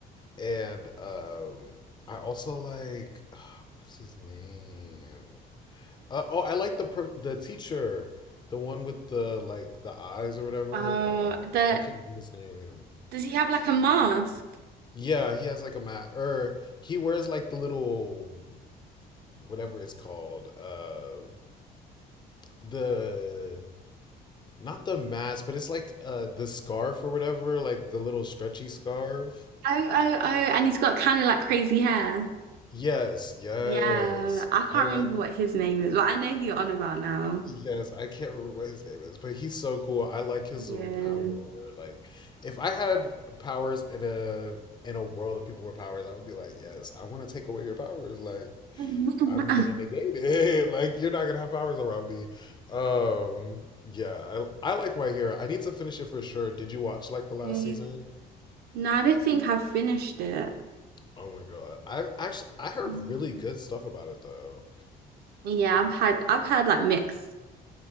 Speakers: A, on the left; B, on the right.
A: And um, I also like <sighs> oh, what's his name? Uh, oh, I like the pro- the teacher, the one with the like the eyes or whatever.
B: uh,
A: Uh,
B: the
A: I can't remember his name.
B: does he have like a mask?
A: Yeah, he has like a mat, or he wears like the little whatever it's called. Uh, the not the mask, but it's like uh the scarf or whatever, like the little stretchy scarf.
B: Oh oh oh, and he's got kind of like crazy hair.
A: Yes, yes.
B: Yeah, I can't
A: I like
B: remember what his name is, but I know who you're on about now.
A: Yes, I can't remember what his name is, but he's so cool. I like his
B: Yeah.
A: little power. Like, if I had powers in a in a world of people with powers, I would be like, yes, I want to take away your powers. Like,
B: <laughs>
A: I'm gonna negate it. <laughs> Like, you're not gonna have powers around me. Um, yeah, I I like My Hero. I need to finish it for sure. Did you watch like the last
B: Right.
A: season?
B: No, I don't think I've finished it.
A: Oh my God. I actually I heard
B: Mhm.
A: really good stuff about it though.
B: Yeah, I've had I've had like mixed